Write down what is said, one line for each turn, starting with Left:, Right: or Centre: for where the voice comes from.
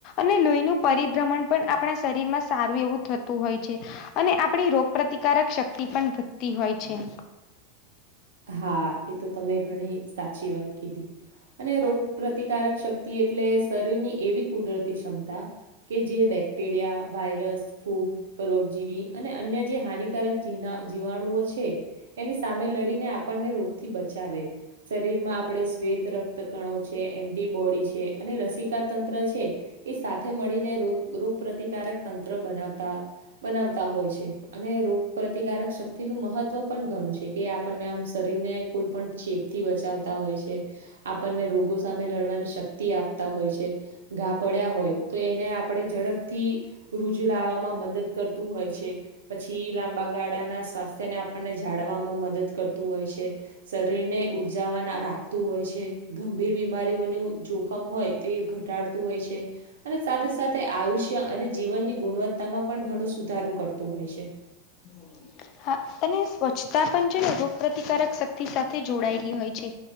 Left: અને લોહીનું પરિભ્રમણ પણ આપણા શરીરમાં સારું એવું થતું હોય છે. અને આપણી રોગ પ્રતિકારક શક્તિ પણ વધતી હોય છે.
Right: હા એતો તમે ઘણી સાચી વાત કીધી. અને રોગ પ્રતિકારક શક્તિ એટલે શરીરની એવી કુદરતી ક્ષમતા કે જે બેક્ટેરિયા, વાયરસ ફૂગ, પરોપજીવી અને અન્ય જે હાનિકારક જીના જીવાણુઓ છે. એની સામે લડીને આપણને રોગથી બચાવે. શરીરમાં આપણે શ્વેત રક્તકણો છે, એન્ટીબોડી છે અને રસીકાતંત્ર છે. એ સાથે મળીને રોગ રોગપ્રતિકારક તંત્ર બનાવતા. બનાવતા હોય છે. અને રોગ પ્રતિકારક શક્તિનું મહત્વ પણ ઘણું છે. કે આ આપણને આમ શરીરને કોઈ પણ ચેપથી બચાવતા હોય છે. આપણને રોગો સામે લડવાની શક્તિ આપતા હોય છે. ઘા પડ્યા હોય તો એને આપણે ઝડપથી રૂજ લાવવામાં મદદ કરતું હોય છે. પછી લાંબા ગાળાના સ્વાસ્થ્ય ને આપણને જાળવામાં મદદ કરતું હોય છે. શરીરને ઉર્જાવાન રાખતું હોય છે ગંભીર બીમારીઓનું જો ખમ હોય ત એ ઘટાડતું હોય છે અને સાથે સાથે આયુષ્ય અને જીવનની ગુણવત તામાં પણ ઘણો સુધારો કરતું હોય છે.
Left: <inaudible> હા અને સ્વચ્છતા પણ છે ને રોગ પ્રતિકારક શક્તિ સાથે જોડાયેલી હોય છે.